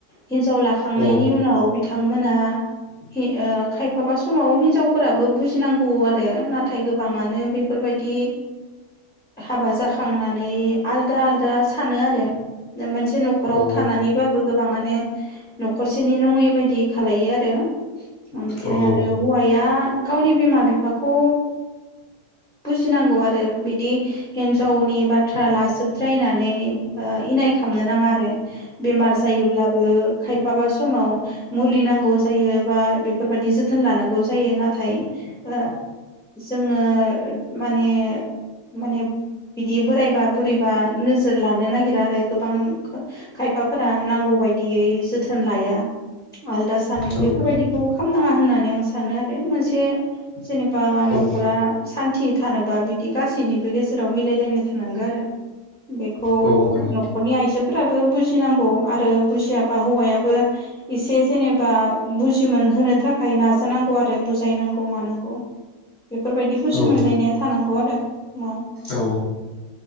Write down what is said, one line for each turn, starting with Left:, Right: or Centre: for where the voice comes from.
Centre: हिनजाव लाखांनायनि
Left: औ
Centre: उनाव बिथां बिथांमोना हि ओ खायफाबा समाव हिनजावफोराबो बुजिनांगौ आरो नाथाय गोबाङानो बेफोरबायदि हाबा जाखांना नै आलदा आलदा सानो आरो जों मोनथि बे नख'राव
Left: औ
Centre: थानानैबाबो गोबाङानो नख'रसेनि नङै बायदि खालायो आरो एनिफ्राय
Left: औ
Centre: आरो हौवाया गावनि बिमा बिफाखौ बुजिनांगौ आरो बिदि हिन्जावनि बा थ्रा लासोबद्रायनानै ओ इनाय खामनो नाङा आरो बेमार जायोब्लाबो खायफाबा समाव मुलि नांगौ जायो बा बेफोरबायदि जोथोन लानांगौ जायो नाथाय ओ जोङो माने माने बिदि बोराय बुरैबा नोजो जोर लानो नागिरा आरो गोबां खायफाफोरा नांगौ बायदियै जोथोन लाया आलदा सानो
Left: औ
Centre: बेफोरबायदिखौ खालामनाङा होननानै आं सानो आरो <unintelligible> ए जेनेबा नख'रा
Left: औ
Centre: सान थि थानोबा बिदि गासैनिबो गेजेराव मिलायलायनाय नांगौ आरो। बेखौ
Left: औ नों
Centre: नख'रनि आइजोफोराबो बुजिनांगौ आरो बुजियाबा हौवायाबो एसे जेनेबा बुजिमोनहोनो थाखाय नाजानांगौ आरो बु बुजायनांगौ मानांगौ बेफोरबायदि बुजि
Left: औ
Centre: मोनलायनाया थानांगौ आरो। समाव
Left: औ।